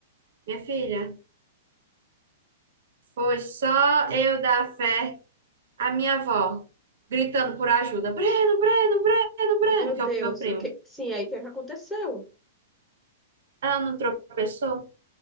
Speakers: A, on the right; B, in the centre.
A: Minha filha, foi só eu dar fé à minha avó, gritando por ajuda: Breno, Breno, Breno, Breno,
B: Meu Deus,
A: que é o meu primo.
B: o que... Sim, aí o que é que aconteceu?
A: Ela não tropeçou?